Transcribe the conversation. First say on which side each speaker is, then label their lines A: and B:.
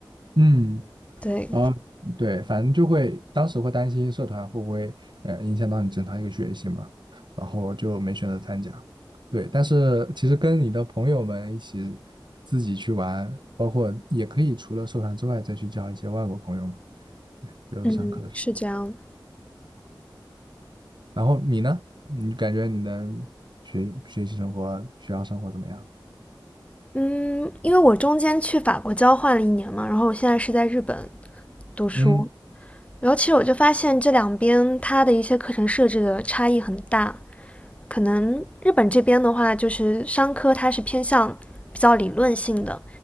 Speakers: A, on the right; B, on the left.
A: 嗯。
B: 对，
A: 然后对，反正就会当时会担心社团会不会呃影响到你正常一个学习嘛，然后就没选择参加。对，但是其实跟你的朋友们一起自己去玩，包括也可以除了社团之外再去交一些外国朋友嘛。对，就是上课的时候。
B: 嗯，是这样。
A: 然后你呢？你感觉你的学学习生活、学校生活怎么样？
B: 嗯，因为我中间去法国交换了一年嘛，然后我现在是在日本读书，
A: 嗯
B: 然后其实我就发现这两边它的一些课程设置的差异很大，可能日本这边的话，就是商科它是偏向比较理论性的，